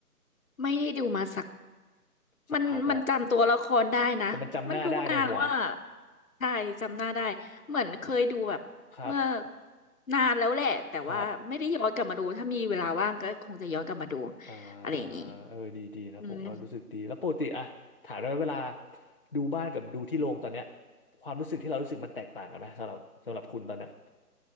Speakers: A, on the left; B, on the left.
A: ไม่ได้ดูมาสัก
B: สักพักละ
A: มันมันจำตัวละครได้นะมันดูนานแล้วว่า
B: แต่มันจำหน้าได้ในหัว
A: ใช่จำหน้าได้เหมือนเคยดูแบบเมื่อ
B: ครับ
A: นานแล้วแหละแต่ว่าไม่ได้ย้อนกลับมาดูถ้ามีเวลาว่างก็คงจะย้อนกลับมาดู
B: ครับอ่า
A: อะไรอย่างนี้
B: เออดีดีนะผมว่ารู้สึกดีแล้วปกติอะถามได้ไหมเวลา
A: อืม
B: ดูบ้านกับดูที่โรงตอนเนี้ยความรู้สึกที่เรารู้สึกมันแตกต่างกันไหมสำหรับสำหรับคุณตอนเนี้ย